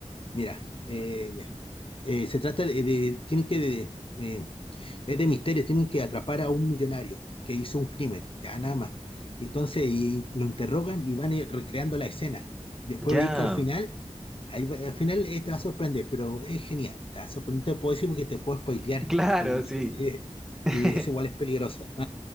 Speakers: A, on the left; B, in the centre.
A: Mira, eh, mira, eh, se trata de, de- tienen que, de- eh, es de misterio, tienen que atrapar a un millonario que hizo un crimen, ya nada más. Entonces y lo interrogan y van eh, recreando la escena. Después
B: Ya,
A: veis que al final, ahí va- al final eh, te va a sorprender, pero es genial, te va a sorprender, No te puedo decir porque te puedo spoilear
B: claro,
A: y no
B: sí.
A: sé si es,
B: <laughs>
A: eh, es igual es peligroso. <laughs>